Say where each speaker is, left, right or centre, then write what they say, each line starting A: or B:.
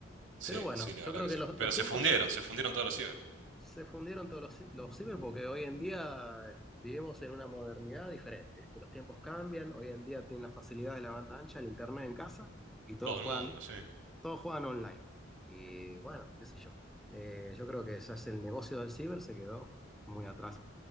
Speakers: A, on the right; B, in the centre.
A: Sí,
B: Pero bueno,
A: sí, la
B: yo
A: verdad
B: creo
A: que
B: que
A: sí.
B: los,
A: Pero
B: los
A: se
B: tiempos
A: fundieron,
B: son-
A: se fundieron todos los ciber.
B: se fundieron todos los, los ciber porque hoy en día eh, vivimos en una modernidad diferente, ¿viste? Los tiempos cambian, hoy en día tienen la facilidad de la banda ancha, el internet en casa y todos
A: Todo
B: juegan,
A: el mundo, sí.
B: todos juegan online. Y bueno, qué sé yo. Eh, yo creo que ya es el negocio del ciber se quedó muy atrás.